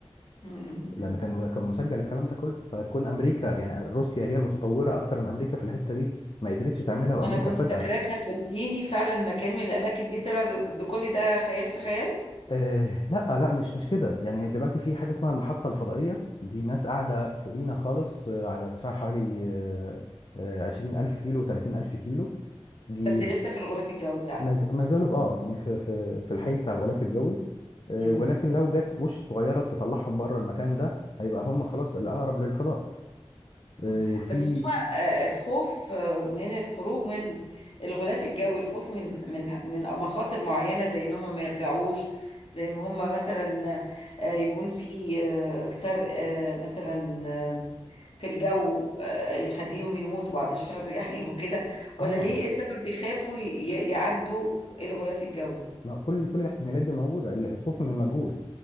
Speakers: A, on the left; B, on the left.
A: م- م-
B: لان كان كان مسجل الكلام ده كله فكون امريكا يعني روسيا هي المتطوره اكتر من امريكا في الحته دي ما قدرتش تعملها
A: م.
B: وامريكا
A: أنا كنت
B: فجاه
A: فاكراك هتوديني فعلا مكان من الأماكن دي طلع ده ده كل ده خيال في خيال
B: آه لا لا مش مش كده يعني دلوقتي في حاجه اسمها المحطه الفضائيه دي ناس قاعده فوقينا خالص آه، على ارتفاع حوالي آه آه، 20000 كيلو 30000 كيلو دي
A: بس لسه في الغلاف الجوي بتاعنا
B: ما ز- ما زالوا في اه يعني في في في الحيز بتاع الغلاف الجوي آه،
A: م.
B: ولكن لو جت بوش صغيره تطلعهم بره المكان ده هيبقى هم خلاص الاقرب للفضاء آه،
A: آه.
B: وفي
A: بس هما آه، الخوف آه، من الخروج من ال- الغلاف الجوي الخوف من من من مخاطر معينة زي إن هما ما يرجعوش زي ما هما مثلا آه، يكون في آه، فرق آه، مثلا آه، في الجو آه، يخليهم يموتوا بعد الشر يعني <laughs> وكده ولا
B: اه
A: ليه ايه السبب بيخافوا ي- ي- يعدوا الغلاف الجوي
B: ما كل كل الاحتمالات دي موجوده ال- الخوف من المجهول